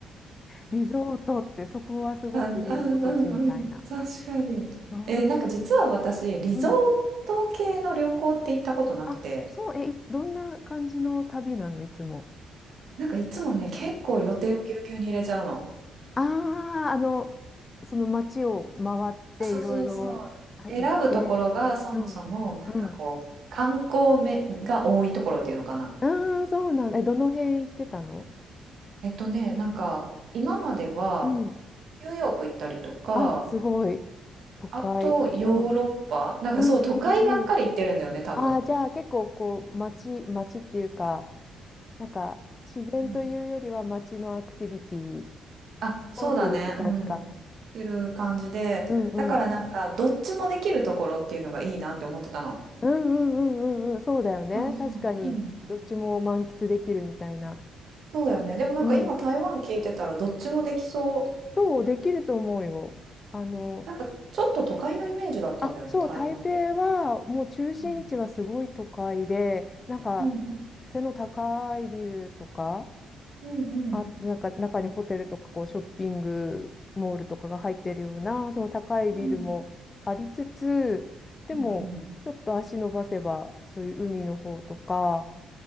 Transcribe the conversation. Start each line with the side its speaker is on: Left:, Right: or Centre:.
Left: リゾートって、そこはすごくリゾート地みたいな。
Right: あ、うんうんうん。確かに。
Left: そ
Right: ええ、なんか実は私、リゾート系の旅行って行ったことなくて
Left: う、うん。あ、そう、え、いどんな感じの旅なの、いつも。
Right: なんかいつもね、結構予定をぎゅうぎゅうに入れちゃうの。
Left: ああ、あの、その街を回っていろいろはい行って、
Right: そうそうそう。選ぶところがそもそもなんかこう観光めが多いところっていうのかな。
Left: うん、うん。ああ、そうなんだ。え、どの辺行ってたの
Right: えっとね、なんか今までは
Left: うん。
Right: ニューヨーク行ったりとか、
Left: あ、すごい。都会。
Right: あとヨーロッパ、
Left: うん。う
Right: なんかそう都会ばっかり行ってるんだよね、
Left: ん、うん、うん。
Right: 多分。
Left: ああ、じゃあ結構こう、街、街っていうか、なんか自然というよりは街のアクティビティ
Right: うん。あ、そうだね、
Left: をするって感じか。
Right: うん。してる感じで、
Left: うんうん。
Right: だからなんかどっちもできるところっていうのがいいなって思ってたの。
Left: うんうんうんうんうん。そうだよね。
Right: そうそう、
Left: 確かに、
Right: うん。
Left: どっちも満喫できるみたいな。
Right: そうだよね。でもなんか今台湾聞いてたらどっちもできそう。
Left: うん。そう、できると思うよ。あの、
Right: なんかちょっと都会のイメージだったんだよね、
Left: あ、そう、
Right: 台湾って。
Left: 台北はもう中心地はすごい都会で、
Right: うん。
Left: なんか背の高いビルとか、
Right: うんうんうん。
Left: あ、なんか中にホテルとかこうショッピングモールとかが入ってるような、その高いビルもありつつ、
Right: うん
Left: でもちょっと足伸ばせば、
Right: うんうん。
Left: そういう海の方とか、